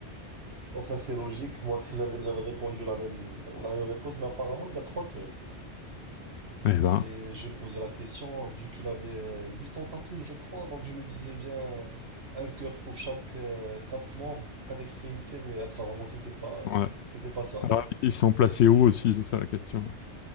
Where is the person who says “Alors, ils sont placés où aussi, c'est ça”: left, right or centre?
Left